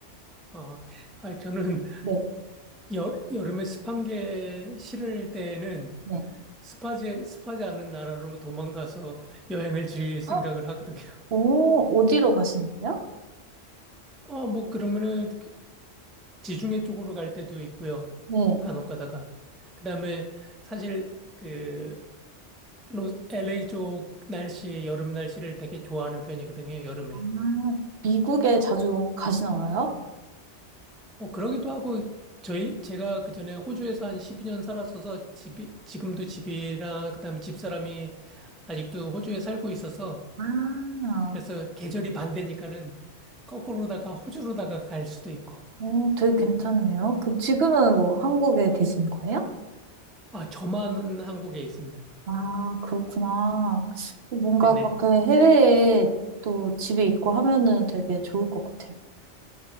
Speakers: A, in the centre; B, on the right (about 65°).
A: 어, 아, 저는
B: 네,
A: 여, 여름에 습한 게 싫을 때는
B: 네.
A: 습하지, 습하지 않은 나라로 도망가서 여행을 즐길 생각을
B: 아,
A: 하거든요. <laughs>
B: 오, 어디로 가시는데요?
A: 어, 뭐, 그러면은 지중해 쪽으로 갈 때도 있고요.
B: 네.
A: 간혹 가다가. 그다음에 사실 그 로, LA 쪽 날씨, 여름 날씨를 되게 좋아하는 편이거든요, 여름에.
B: 아, 미국에 자주 가진 않아요?
A: 어, 그러기도 하고 저희 제가 그전에 호주에서 한 12년 살았어서 집이 지금도 집이랑 그다음에 집사람이 아직도 호주에 살고 있어서
B: 아,
A: 그래서 계절이 반대니까는 거꾸로다가 호주로다가 갈 수도 있고.
B: 음, 되게 괜찮네요. 그, 지금은 뭐 한국에 계신 거예요?
A: 아, 저만 한국에 있습니다.
B: 아, 그렇구나. 뭔가
A: 네네.
B: 그렇게 해외에 또 집이 있고 하면은 되게 좋을 것 같아요.